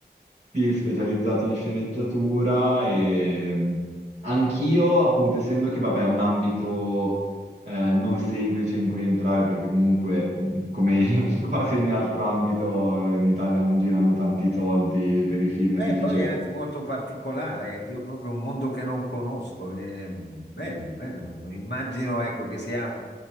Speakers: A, on the right (about 40°); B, on the left (about 85°).
A: sì, specializzati in sceneggiatura e mh, anch'io, appunto, essendo che vabbè, è un ambito eh, non semplice in cui entrare, perché comunque, mh, come <laughs> in quasi ogni altro ambito, eh, in Italia non girano tanti soldi per i film,
B: Beh,
A: è difficile.
B: poi è anche molto particolare, ecco, io proprio un mondo che non conosco, è bello, bello. Immagino, ecco, che sia un-